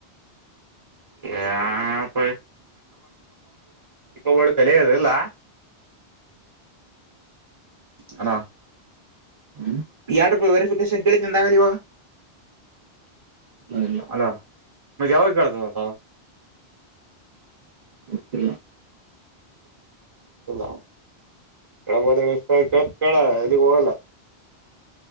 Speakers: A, on the right (about 30°); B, on the right (about 50°).
A: <unintelligible> ಇಲ್ಲ ಹಲೋ
B: ಹ್ಮ
A: ಎರಡ್ ರೂಪಾಯಿ ವೆರಿಫಿಕೇಶನ್ ಕೇಳಿತ್ ನಂದಾಗಲಿ ಇವಾಗ
B: ಇಲಾ
A: ಅಲೋ ಮತ್ ಯಾವ ಕೆಳ್ತದಪ ಅದು
B: ಗೊತ್ತಿಲ್ಲ
A: ಗಲ್ಲ ಕೆಳಬದ್ರ ಕೆ ಕೇಳ ಎಲ್ಲಿಗ್ ಹೋಗಲ್ಲ